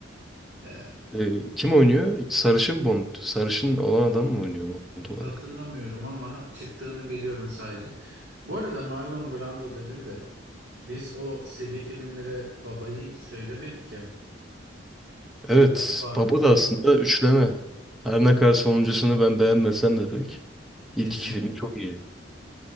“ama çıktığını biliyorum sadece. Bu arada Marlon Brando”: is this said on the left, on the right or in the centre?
Right